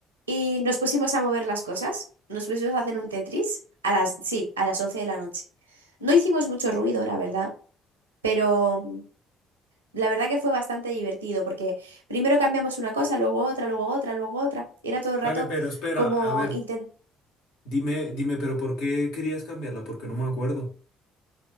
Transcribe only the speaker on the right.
y nos pusimos a mover las cosas, nos pusimos a hacer un Tetris a las, sí, a las 11 de la noche. No hicimos mucho ruido, la verdad, pero... La verdad que fue bastante divertido porque primero cambiamos una cosa, luego otra, luego otra, luego otra. Era todo el rato
como
inten-